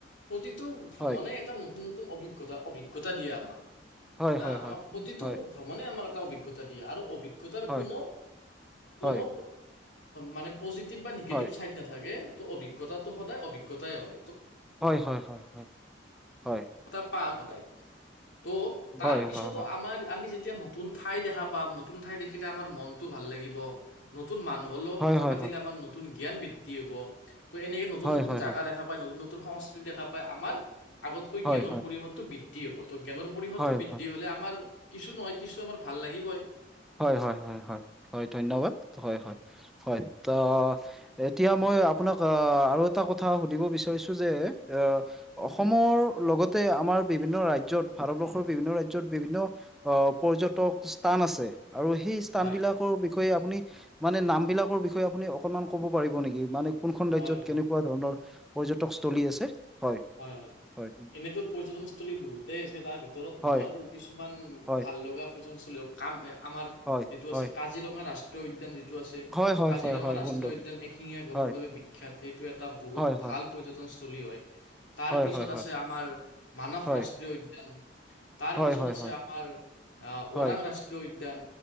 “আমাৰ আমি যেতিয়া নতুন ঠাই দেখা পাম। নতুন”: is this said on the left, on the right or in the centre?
Left